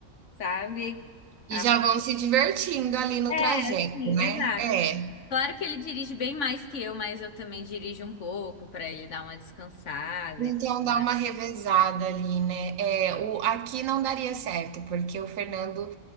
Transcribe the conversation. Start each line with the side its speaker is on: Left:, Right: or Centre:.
Left: sabe?
Right: E
Left: Ah,
Right: já vão se divertindo ali no
Left: é,
Right: trajeto,
Left: sim,
Right: né?
Left: exato.
Right: É.
Left: Claro que ele dirige bem mais que eu, mas eu também dirijo um pouco para ele dar uma descansada
Right: Então
Left: e tudo
Right: dá
Left: mais.
Right: uma revezada ali, né? É,
Left: né?
Right: o, aqui não daria certo, porque o Fernando,